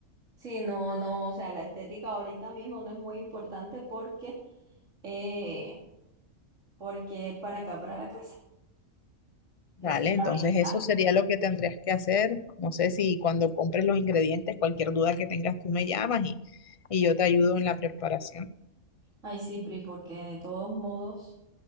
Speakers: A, on the right; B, on the left.
A: Sí, no, no, o sea, la estética ahorita mismo no es muy importante porque, eh, porque es para acá, para la casa,
B: Vale,
A: no es para
B: entonces
A: venta.
B: eso sería lo que tendrías que hacer. No sé si cuando compres los ingredientes, cualquier duda que tengas, tú me llamas y, y yo te ayudo en la preparación.
A: Ay, sí, Pri, porque de todos modos,